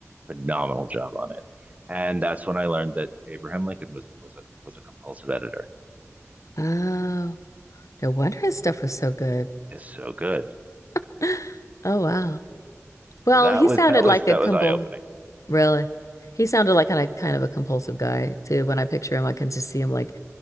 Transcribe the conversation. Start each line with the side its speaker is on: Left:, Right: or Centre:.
Right: phenomenal job on it, and that's when I learned that Abraham Lincoln was was a was a compulsive editor.
Left: Oh, no wonder his stuff was so good.
Right: It's so good.
Left: <gasps> Oh, wow. Well,
Right: So that
Left: he
Right: was
Left: sounded
Right: that
Left: like
Right: was that
Left: a compul
Right: was eye opening.
Left: really. He sounded like kind of kind of a compulsive guy too. When I picture him, I can just see him like,